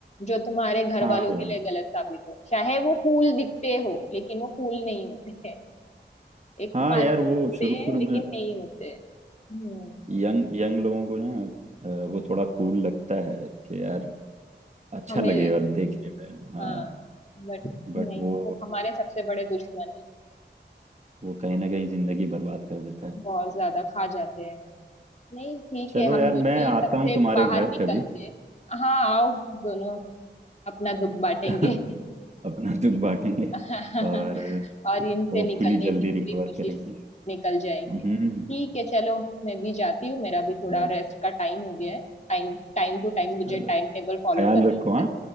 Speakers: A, on the left; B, on the right.
A: जो तुम्हारे घर
B: हाँ
A: वालों
B: यार
A: के लिए गलत साबित हो चाहे वो फूल दिखते हो लेकिन वो फूल नहीं होते <laughs> हैं एक
B: हाँ
A: माचो
B: यार वो
A: होते
B: शुरू
A: हैं
B: शुरू
A: लेकिन
B: में
A: नहीं होते हैं। हम्म
B: यंग यंग लोगों को ना अ, वो थोड़ा कूल लगता है कि यार अच्छा
A: हमें
B: लगेगा देखने में हाँ
A: हाँ बट
B: बट
A: नहीं
B: वो
A: वो हमारे सबसे बड़े दुश्मन है
B: वो कहीं ना कहीं जिंदगी बर्बाद कर देता है
A: बहुत ज्यादा खा जाते हैं नहीं ठीक
B: चलो
A: है हम
B: यार
A: दोनों
B: मैं
A: ही
B: आता
A: सबसे
B: हूँ तुम्हारे
A: बाहर
B: घर
A: निकलते
B: कभी
A: हैं हाँ आओ दोनों अपना दुख बांटेंगे
B: <laughs> अपना दुख बांटेंगे
A: <laughs>
B: और
A: और इनसे
B: होपफुली
A: निकलने
B: जल्दी
A: की पूरी
B: रिकवर
A: कोशिश
B: करेंगे
A: निकल जाएंगे
B: हम्म
A: ठीक है चलो मैं भी जाती हूँ मेरा भी थोड़ा
B: चलो
A: रेस्ट का टाइम हो गया है टाइम टाइम टू टाइम मुझे
B: चलो
A: टाइम टेबल फॉलो
B: ख्याल
A: करना
B: रखो
A: होता
B: हाँ